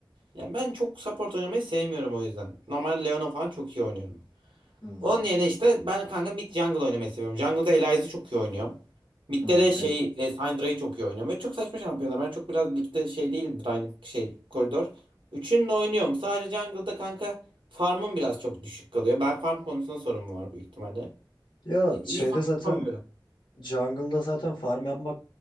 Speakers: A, on the right (about 80°); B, on the left (about 70°).
A: Ya ben çok support oynamayı sevmiyorum o yüzden. Normal Leona falan çok iyi oynuyorum.
B: Hmm.
A: Onun yerine işte ben kanka mid jungle oynamayı seviyorum. Jungle'da Elias'ı çok iyi oynuyorum. Mid'de
B: Hmm,
A: de şey
B: evet.
A: e, Syndra'yı çok iyi oynuyorum. Ve çok saçma şampiyonlar. Ben çok biraz ligde şey değil aynı şey koridor. Üçünü de oynuyorum. Sadece jungle'da kanka farmım biraz çok düşük kalıyor. Ben farm konusunda sorunum var büyük ihtimalle.
B: Ya
A: E, iyi
B: şeyde
A: farm
B: zaten
A: yapamıyorum.
B: jungle'da zaten farm yapmak